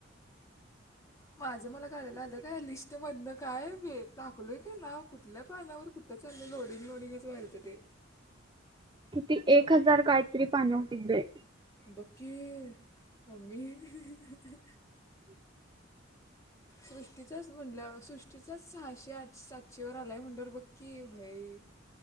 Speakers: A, on the left; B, on the right.
A: माझं मला काढायला आलं काय लिस्टमधनं, काय व टाकलोय की नाव कुठल्या पानावर कुठं चाललंय लोडिंग लोडिंगच वालतं ते.
B: किती एक हजार कायतरी पानं हुतीत बाई.
A: बघ की, मम्मी. <unintelligible> सृष्टीचंच म्हटलं, सृष्टीचच सहाशे आठ सातशेवर आलाय म्हणल्यावर बघ की भाई.